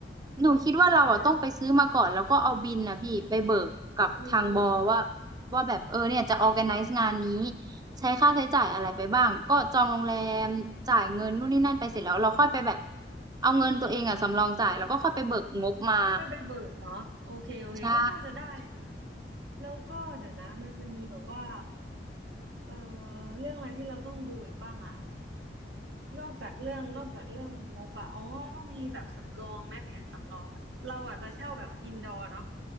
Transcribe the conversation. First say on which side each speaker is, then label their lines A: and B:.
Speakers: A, on the right; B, on the right.
A: หนูคิดว่าเราอ่ะต้องไปซื้อมาก่อนแล้วก็เอาบินนะพี่ไปเบิกกับทางบอว่า
B: ก็น่าอืมอืม
A: ว่าแบบเออเนี่ยจะ organize งานนี้ใช้ค่าใช้จ่ายอะไรไปบ้างก็จองโรงแรมจ่ายเงินนู่นนี่นั่นไปเสร็จแล้วเราค่อยไปแบบเอาเงินตัวเองอ่ะสำรองจ่ายแล้วก็ค่อยไปเบิกงบมา
B: ค่อยไปเบิกเนาะโอเคโอเคก็น่าจะได้นะ
A: ใช่
B: แล้วก็เดี๋ยวนะมันจะมีแบบว่าเออเรื่องอะไรที่เราต้องดูอีกบ้างอ่ะ นอกจากเรื่องนอกจากเรื่องงบอะอ๋อต้องมีแบบสำรองแม่แผนสำรองอะเราอะจะเช่าแบบอินดอร์เนาะ